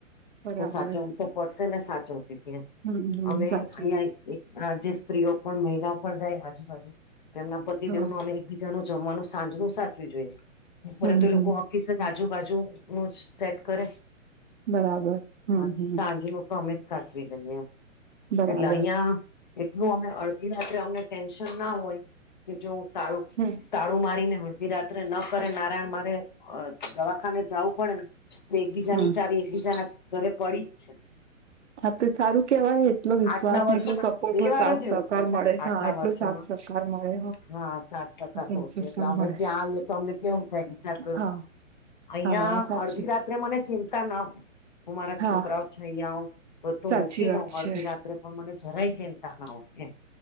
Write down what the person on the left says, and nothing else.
તો સાચવવું તો પડશેને, સાચવતી તી
અમે
અહીંયા
એક, <unintelligible> જે સ્ત્રીઓ પણ મહિલાઓ પણ જાય આજુબાજુ તેમના પતિદેવનું
અમે એકબીજ બીજાનું જમવાનું સાંજનું સાચવી જોઈએ, બપોરે
તો લોકો
ઓફિસ જ આજુબાજુનું જ સેટ કરે,
બાકી
સાંજનુ તો અમેજ સાચવી લઈએ,
એટલે અહીંયા એટલું અમે અળધી રાત અમે ટેન્શન મા હોય, કે જો તાળું
તાળું મારીને અડધી રાત્રે, ન કરે નારાયણ મારે અ દવાખાને જાવું પડે ને તો એકબીજાની
ચાવી, એકબીજાના ઘરે પડીજ છે.
આટલા વર્ષોમાં
બે
વારજ
એવું
થયું છે,
આટલા
વર્ષોમાં,
હા સાચ સરકાર
બહુ છે, એટલે
અમે
ત્યાં આવીએ તો અમને કેમું થાય, વિચાર કરો.
અહિયાં
અડધી રાત્રે મને ચિંતા ના હોય, હું મારા
છોકરાઓ છે, ઐયા ઓ બધું
મૂકી
દઉ હળ
તે પણ મને જરાય ચિંતા ન હોતે,